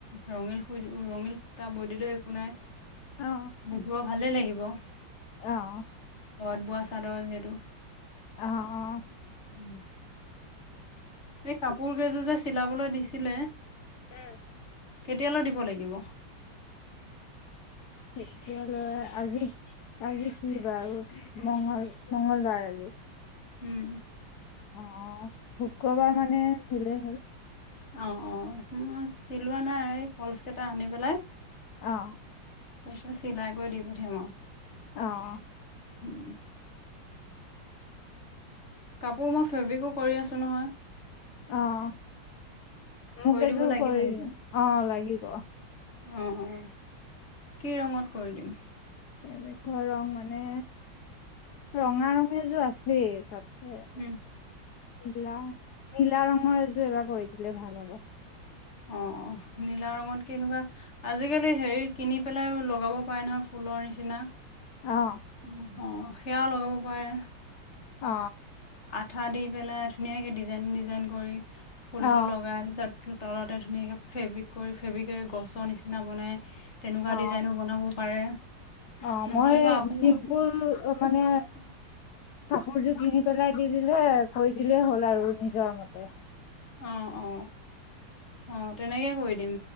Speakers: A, on the left; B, on the left.
A: ৰঙীল শুই ৰঙীল সূতা বৈ দিলেওঁ একো নাই।
B: অ
A: এজোৱা <unintelligible> ভালেই লাগিব।
B: অ'।
A: ঘৰত বোৱা চাদৰ যিহেতু
B: অ' অ'।
A: উম, এই কাপোৰ এযোৰ যে চিলাবলৈ দিছিলে
B: উম।
A: কেতিয়ালৈ দিব লাগিব।
B: তেতিয়ালৈ আজি আজি কি বাৰ মগল মঙ্গলবাৰ আজি।
A: উম।
B: অ', শুক্ৰবাৰ মানে দিলে হ'ল।
A: অ', অ'। উম, মোৰ চিলোৱা নাই। ফল্চ কেইটা আনি পেলাই
B: অ
A: তা পিছত চিলাই কৰি দি পঠিয়াম আৰু।
B: অ
A: হম। কাপোৰ মই ফেব্ৰিকো কৰি আছো নহয়।
B: অ'। মোক
A: কৰি দিব
B: এযোৰ
A: লাগিব
B: কৰি
A: নেকি
B: দি, অ', লাগিব।
A: অ', কি ৰঙত কৰি দিম?
B: কেনেকুৱা ৰং মানে, ৰঙা ৰঙেযোৰ আছেই। তাতে নীলা,
A: উম
B: নীলা ৰঙৰ এযোৰ এবাৰ কৰি দিলে ভাল হ'ব।
A: অ', অ'। নীলা ৰঙত কে এনেকুৱা- আজিকালি হেৰি কিনি পেলাই লগাব পাৰে নহয় ফুলৰ নিচিনা। অহ।
B: অ
A: সেয়াও লগাব পাৰে,
B: অ।
A: আঠা দি পেলাই ধুনীয়াকে ডিজাইন ডিজাইন কৰি- ফুলটো
B: অ
A: লগাই তাপিছত - তলতে ধুনীয়াকে ফেব্ৰিক কৰি ফেব্ৰিকেৰে গছৰ নিচিনা বনাই- তেনেকুৱা
B: অ
A: ডিজাইনো বনাব পাৰে
B: অ
A: নহ'লে
B: মই
A: বাৰু-
B: চিম্পুল
A: <unintelligible>
B: মানে কাপোৰযোৰ কিনি পেলাই দি দিলে কৰি দিলেই হ'ল আৰু নিজৰ মতে-
A: অ অ। অ- তেনেকেই কৰি দিম।